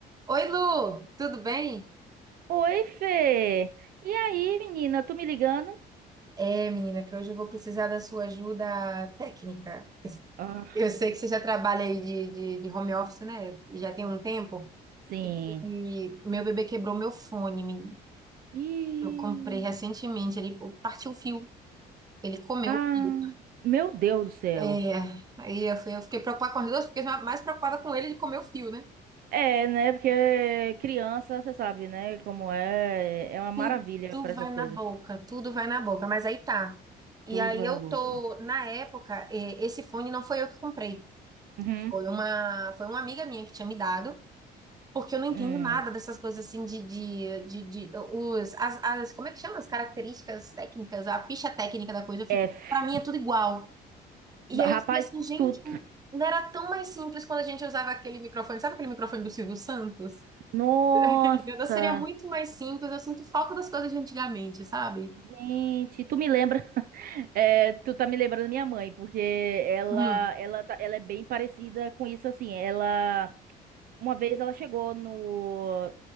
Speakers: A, on the right; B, on the right.
A: Oi, Lu, tudo bem?
B: Oi, Fê! E aí, menina, tu me ligando?
A: É, menina, que hoje eu vou precisar da sua ajuda técnica.
B: Ah,
A: Eu sei que você já trabalha aí de, de, de home office, né? Já tem um tempo.
B: Sim.
A: E meu bebê quebrou meu fone, menina.
B: ih,
A: Eu comprei recentemente, ele partiu o fio, ele comeu
B: Ah,
A: o fio.
B: meu Deus do céu.
A: É, aí eu, fui- eu fiquei preocupada com as duas, porque eu fiquei mais preocupada com ele de comer o fio, né?
B: É, né? Porque criança, você sabe, né? Como é, é uma maravilha
A: Tudo
B: para essas
A: vai na
B: coisas.
A: boca, tudo vai na boca, mas aí tá. E
B: Tudo
A: aí
B: vai
A: eu
B: na boca.
A: tô, na época, eh, esse fone não foi eu que comprei.
B: Uhum.
A: Foi uma, foi uma amiga minha que tinha me dado, porque eu não entendo
B: Hum.
A: nada dessas coisas assim de, de, de, de- os, as, as, como é que chama? As características técnicas, a ficha técnica da coisa. Eu fico,
B: É, f-
A: pra mim é tudo igual. E
B: rapaz,
A: aí eu fiquei assim, gente,
B: tu.
A: não era tão mais simples quando a gente usava aquele microfone. Sabe aquele microfone do Silvio Santos?
B: Nossa!
A: Aquele grande, Seria muito mais simples. Eu sinto falta das coisas de antigamente, sabe?
B: Gente, tu me lembra? <laughs> É, tu tá me lembrando da minha mãe, porque ela,
A: Uhum.
B: ela, tá- ela é bem parecida com isso, assim. Ela. Uma vez ela chegou no...